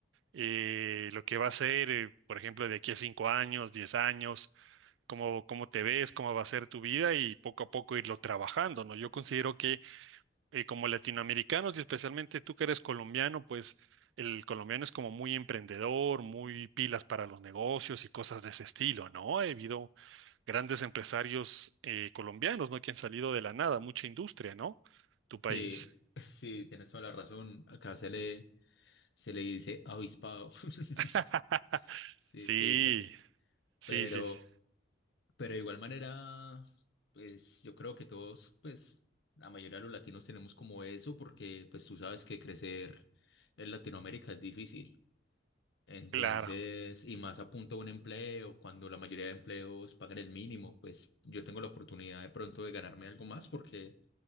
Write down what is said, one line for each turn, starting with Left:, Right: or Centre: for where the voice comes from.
Right: eh, lo que va a ser, eh, por ejemplo, de aquí a cinco años, diez años, cómo, cómo te ves, cómo va a ser tu vida y poco a poco irlo trabajando, ¿no? Yo considero que eh, como latinoamericanos y especialmente tú que eres colombiano, pues el colombiano es como muy emprendedor, muy pilas para los negocios y cosas de ese estilo, ¿no? Ha habido grandes empresarios eh, colombianos, ¿no? Que han salido de la nada, mucha industria, ¿no? Tu país.
Left: Sí, <laughs> sí, tienes toda la razón, acá se le... Se le dice avispado. <laughs>
Right: <laughs>
Left: Sí,
Right: Sí,
Left: se dice así.
Right: sí,
Left: Pero,
Right: sí, sí.
Left: pero de igual manera, pues yo creo que todos, pues la mayoría de los latinos tenemos como eso, porque pues tú sabes que crecer en Latinoamérica es difícil. Entonces,
Right: Claro.
Left: y más a punto de un empleo, cuando la mayoría de empleos pagan el mínimo, pues yo tengo la oportunidad de pronto de ganarme algo más porque